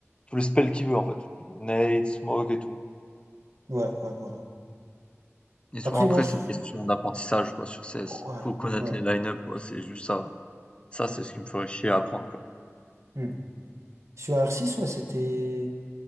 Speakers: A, on the left; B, on the right.
A: tous les spells qu'il veut, en fait. Nade, smoke et tout.
B: ouais, ouais, ouais, ouais.
A: Et
B: Après,
A: souvent après,
B: moi, je.
A: c'est une question d'apprentissage, quoi, sur CS.
B: Ouais,
A: Faut connaître
B: ouais,
A: les line-up, quoi, c'est juste ça. Ça,
B: ouais.
A: c'est ce qui me ferait chier à apprendre, quoi.
B: Hmm. Sur R6, ouais, c'était.